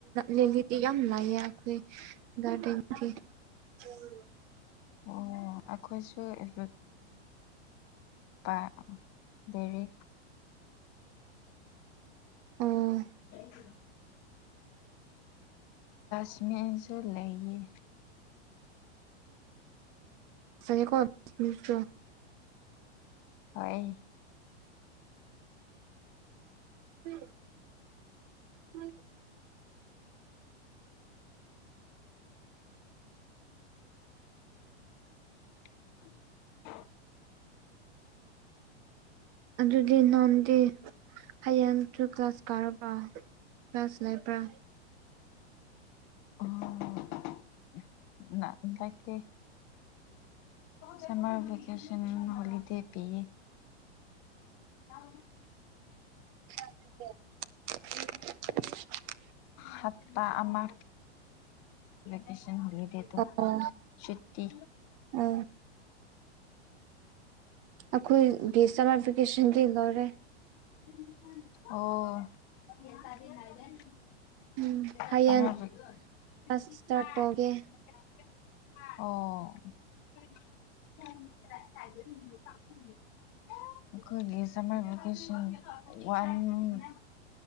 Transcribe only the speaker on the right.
ꯂꯤꯂꯤꯗꯤ ꯌꯥꯝ ꯂꯥꯏꯑ ꯑꯩꯈꯣꯏ ꯒꯥꯔꯗꯦꯟꯗꯤ ꯎꯝ
ꯑꯣ
ꯎꯦ ꯀꯣꯁꯨ
ꯎꯝ ꯎꯝ
ꯑꯗꯨꯗꯤ ꯅꯥꯟꯗꯤ ꯍꯌꯦꯡ ꯇꯨ ꯀ꯭ꯂꯥꯁ ꯀꯥꯔꯕ꯭ꯔ ꯀ꯭ꯂꯥꯁ ꯂꯩꯕ꯭ꯔꯥ
ꯎꯝ
ꯑꯣ
ꯎꯝ ꯑꯩꯈꯣꯏꯒꯤ ꯁꯃꯔ ꯐꯤꯀꯦꯁꯟꯗꯤ ꯂꯣꯏꯔꯦ
ꯎꯝ
ꯍꯌꯦꯡ ꯀ꯭ꯂꯥꯁ ꯁ꯭ꯇꯥꯔꯠ ꯇꯧꯒꯦ